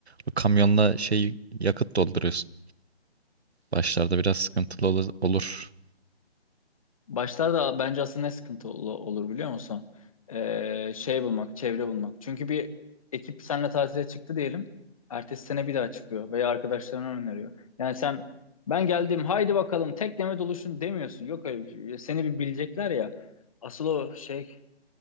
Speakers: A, on the right; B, on the left.
A: Bu kamyonla şey yakıt dolduruyorsun. Başlarda biraz sıkıntılı ol- olur.
B: Başlarda bence aslında ne sıkıntı ol- olur biliyor musun? Ee, şey bulmak, çevre bulmak. Çünkü bir ekip seninle tatile çıktı diyelim. Ertesi sene bir daha çıkıyor veya arkadaşlarına öneriyor. Yani sen ben geldim haydi bakalım tekneme doluşun demiyorsun. Yok öyle bir şey. Seni bir bilecekler ya. Asıl o şey